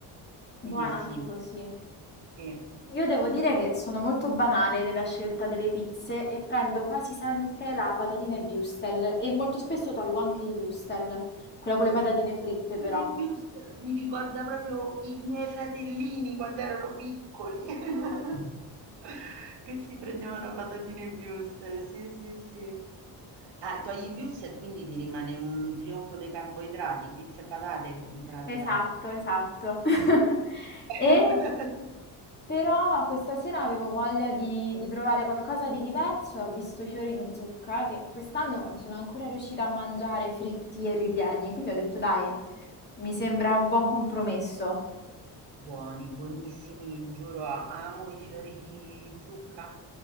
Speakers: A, on the right (about 75°); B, on the left (about 25°).
A: quindi
B: buona
A: è simile.
B: anche così.
A: Sì.
B: Io devo dire che sono molto banale nella scelta delle pizze e prendo quasi sempre la patatina e wurstel e molto spesso tolgo anche il wurstel, quella con le patatine fritte
A: Fine
B: però.
A: Wurst mi ricorda proprio i miei fratellini quando erano piccoli, <laughs> che si prendevano patatine e Würstel, sì sì sì. Ah, togli i Würstel, quindi ti rimane un trionfo dei carboidrati, pizza e patate in pratica.
B: Esatto, esatto. <laughs>
A: <laughs>
B: E però questa sera avevo voglia di, di provare qualcosa di diverso e ho visto i fiori di zucca che quest'anno non sono ancora riuscita a mangiare fritti e ripieni, quindi ho detto dai, mi sembra un buon compromesso.
A: buoni, buonissimi, giuro a- amo i fiori di zucca,